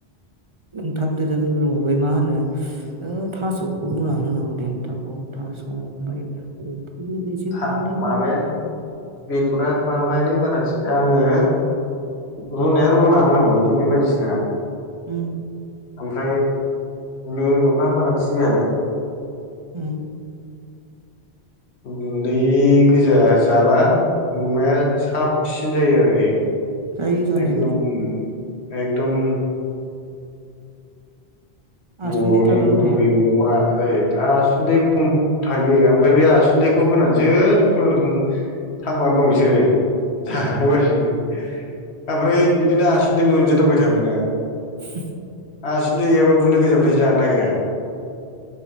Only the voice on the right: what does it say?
<unintelligible> एसे
गुन्दै
होदो
उ
उम
जायो जानायालाय
आसुन्दै
थागोना
थाया
उम
<inaudible>